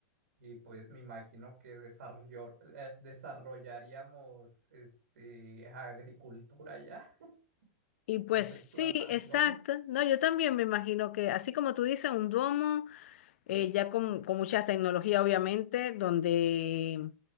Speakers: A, on the right (about 70°); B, on the left (about 55°).
A: Y pues me imagino que desarrollor- eh, desarrollaríamos este, agricultura ya, <laughs>
B: Y pues
A: hacer
B: sí,
A: plantaciones.
B: exacto. No, yo también me imagino que, así como tú dices, un domo, eh, ya con, con mucha tecnología, obviamente, donde